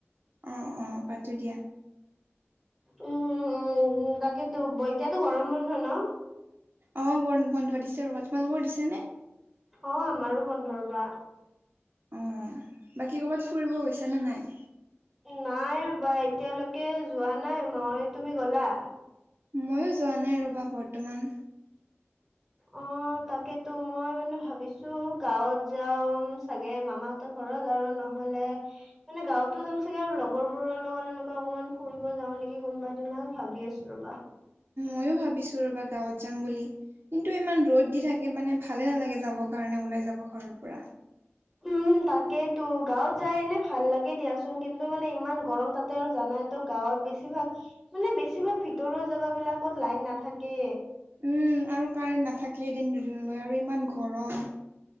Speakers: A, on the right; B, in the centre.
A: অ অ পাতো দিয়া
B: উম উম উম তাকেতো ব এতিয়াতো গৰম বন্ধ ন
A: অঁ বৰ্ন বন্ধ দিছে ৰবা তোমালোকৰ দিছেনে
B: অ আমাৰো বন্ধ ৰবা
A: অঁ বাকী ক'ৰবাত ফুৰিব গৈছানে নাই
B: নাই ৰবা এতিয়ালৈকে যোৱা নাই মই তুমি গ'লা
A: মইয়ো যোৱা নাই ৰ'বা বৰ্তমান
B: অ তাকেতো মই মানে ভাবিছো গাঁৱত যাওম চাগে মামাহতক ঘৰত আৰু নহ'লে মানে গাঁৱতো যাম চাগে আৰু লগৰবোৰৰ লগত এনেকুৱা অকণমান ফুৰিব যাওঁ নেকি কোনোবা দিনা ভাবি আছো ৰ'বা।
A: ম‌ইয়ো ভাবিছো ৰ'বা গাঁৱত যাম বুলি। কিন্তু ইমান ৰ'দ দি থাকে মানে ভালে নালাগে যাবৰ কাৰণে ওলাই যাব ঘৰৰ পৰা।
B: উম তাক তো গাঁৱত যাই এনে ভাল লাগে দিয়াচোন কিন্তু মানে ইমান গৰম তাতে আৰু জানা - তো গাঁৱত বেছিভাগ মানে বেছিভাগ ভিতৰুৱা জেগা বিলাকত লাইন নাথাকে।
A: উম আৰু কাৰেণ্ট নাথাকে এদিন দুদিনলৈ আৰু ইমান গৰম।